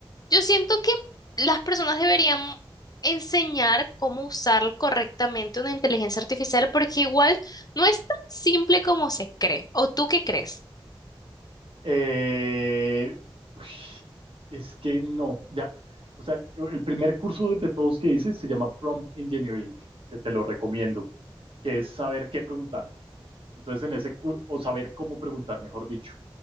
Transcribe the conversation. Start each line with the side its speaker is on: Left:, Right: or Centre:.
Left: yo siento que las personas deberían enseñar cómo usar correctamente una inteligencia artificial, porque igual no es tan simple como se cree. ¿O tú qué crees?
Right: Eh, uy, es que no, ya, o sea, el el primer curso de, de todos que hice se llama Prompt Engineering, que te lo recomiendo, que es saber qué preguntar. Entonces, en ese curso, o saber cómo preguntar, mejor dicho.